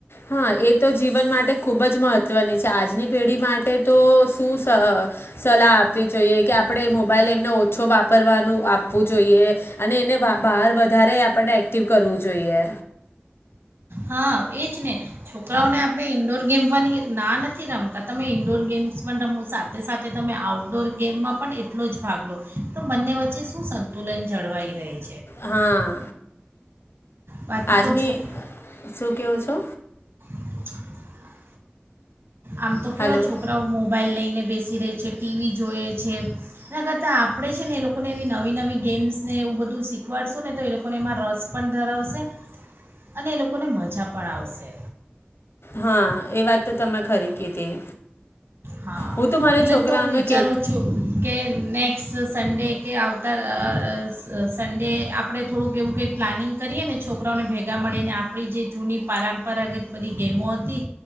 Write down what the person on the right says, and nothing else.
હા એ જ ને છોકરાઓને આપણે ઇન્ડોર ગેમવાની ના નથી રમતા તમે ઈન્ડોર ગેમ્સ પણ રમો સાથે સાથે તમે આઉટડોર ગેમમાં પણ એટલો જ ભાગ લો તો બંને વચ્ચે શું સંતુલન જળવાઈ રહે છે
બાકી
તો છોક
<inaudible> આમ તો કેવા
છોકરાઓ મોબાઈલ લઈને બેસી રહી છે, ટીવી જોઈએ છે એના કરતાં આપણે છે ને એ લોકોને એવી નવી નવી ગેમ્સને એવું બધું શીખવાડશું ને તો એ લોકોને એમાં રસ પણ ધરાવશે અને એ લોકોને મજા પણ આવશે.
હા,
એટલે
તો હું વિચારું
છું કે ન સન્ડે કે આવતા અ અ સન્ડે આપણે થોડુંક એવું કંઈક પ્લાનિંગ કરીએ ને છોકરાઓને ભેગા મળીને આપણી જે જૂની પરંપરાગત બધી ગેમો હતી